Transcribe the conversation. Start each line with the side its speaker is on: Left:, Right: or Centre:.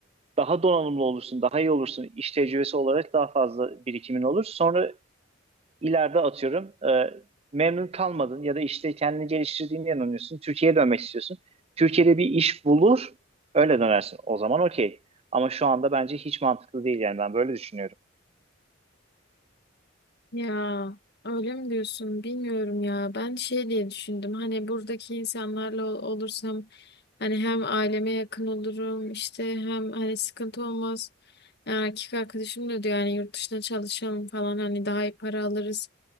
Right: daha donanımlı olursun, daha iyi olursun. İş tecrübesi olarak daha fazla birikimin olur. Sonra ileride atıyorum e, memnun kalmadın ya da işte kendini geliştirdiğine inanıyorsun. Türkiye'ye dönmek istiyorsun. Türkiye'de bir iş bulur, öyle dönersin. O zaman okey. Ama şu anda bence hiç mantıklı değil yani ben böyle düşünüyorum.
Left: Ya öyle mi diyorsun? Bilmiyorum ya. Ben şey diye düşündüm. Hani buradaki insanlarla ol- olursam hani hem aileme yakın olurum işte hem hani sıkıntı olmaz. Yani erkek arkadaşım da diyor yani yurt dışına çalışalım falan hani daha iyi para alırız.